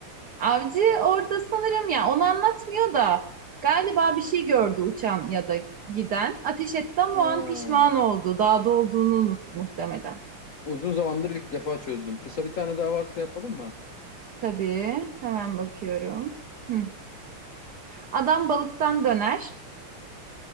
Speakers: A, on the right; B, on the left.
A: Avcı orada sanırım ya onu anlatmıyor da galiba bir şey gördü uçan ya da giden. Ateş etti ama
B: Ha.
A: o an pişman oldu. Dağda olduğunu unuttu muhtemelen.
B: Uzun zamandır ilk defa çözdüm. Kısa bir tane daha varsa yapalım mı?
A: Tabii. Hemen bakıyorum. Hı. Adam balıktan döner.